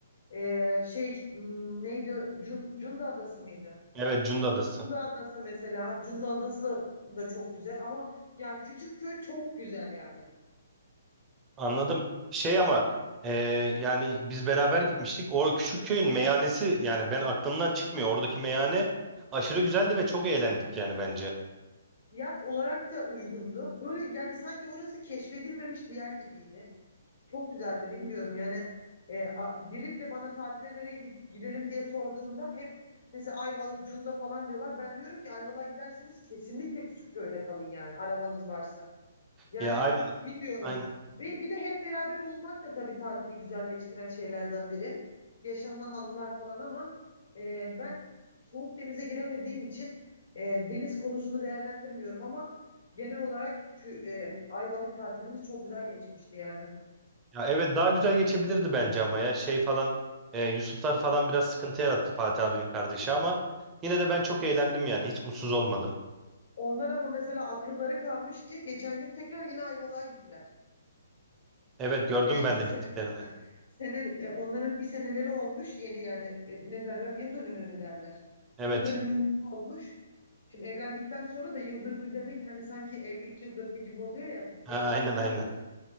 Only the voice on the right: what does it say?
Evet Cunda Adası.
Anladım. Şey ama e, yani biz beraber gitmiştik. O küçük köyün meyhanesi yani ben aklımdan çıkmıyor. Oradaki meyhane aşırı güzeldi ve çok eğlendik yani bence.
Ya aynen.
Aynen.
Ya evet daha güzel geçebilirdi bence ama ya şey falan e, Yusuflar falan biraz sıkıntı yarattı Fatih abinin kardeşi ama yine de ben çok eğlendim yani hiç mutsuz olmadım.
Evet gördüm
ben
de gittiklerini.
Evet
Ha,
aynen
aynen.